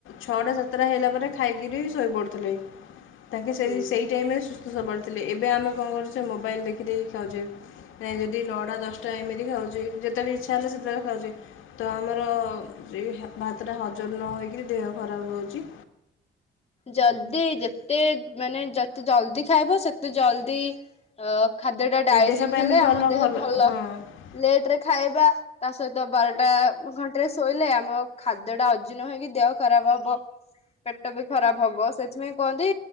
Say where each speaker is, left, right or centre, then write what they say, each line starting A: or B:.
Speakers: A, on the left; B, on the left.
A: ଛଅଟା ସାତଟା ହେଲା ପରେ ଖାଇକିରି ଶୋଇ ପଡୁଥିଲେ। ତାଙ୍କେ ସେ
B: ହୁଁ
A: ସେଇ ଟାଇମ୍ ରେ ସ୍ ସବଳ ଥିଲେ, ଏବେ ଆମେ କଣ କରୁଛେ ମୋବାଇଲ୍ ଦେଖି ଦେଇକି ଖାଉଛେ, ଯଦି ନଅଟା ଦଶଟା ଏମିତି ଖାଉଛେ, ଯେତେବେଳେ ଇଚ୍ଛା ହେଲେ ସେତେବେଳେ ଖାଉଛେ, ତ ଆମର ସେ ହା ଭାତଟା ହଜମ୍ ନ ହୋଇକିରି ଦେହ ଖରାପ ହଉଛି।
B: ଜଲଦି ଯେତେ ମାନେ ଯେତେ ଜଲଦି ଖାଇବ ସେତେ ଜଲଦି ଅ ଖାଦ୍ୟ ଟା ଡାଇଜିଂ
A: ଦେହ ପାଇଁ
B: ହେଲେ
A: ବି ଭଲ
B: ଆମ ଦେହ ଭଲ,
A: ହଁ
B: ଲେଟରେ ଖାଇବା ତା ସହିତ ବାରଟା ଘଣ୍ଟେରେ ଶୋଇଲେ ଆମ ଖାଦ୍ୟଟା ଅଜିର୍ଣ୍ଣ ହେଇକି ଦେହ ଖରାପ ହବ, ପେଟ ଖରାପ ହବ ସେଥିପାଇଁ କୁହନ୍ତି